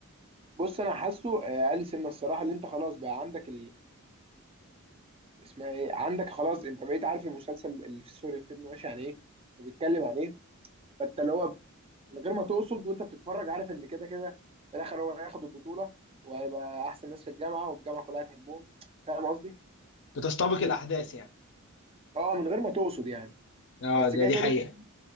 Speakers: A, on the right; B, on the left.
A: بص انا حاسه آه، اقل سنه الصراحه اللي انت خلاص بقى عندك اسمها ايه عندك خلاص انت بقيت عارف المسلسل اللي في سوري الفيلم ماشي عن ايه وبيتكلم عن ايه فانت اللي هو من غير ما تقصد وانت بتتفرج عارف ان كده كده في الاخر هو هياخد البطوله وهيبقى احسن ناس في الجامعه والجامعه كلها هتحبهم فاهم قصدي؟
B: بتستبق الاحداث يعني
A: اه من غير ما تقصد يعني
B: اه
A: بس
B: ده
A: كده
B: دي
A: كده
B: حقيقه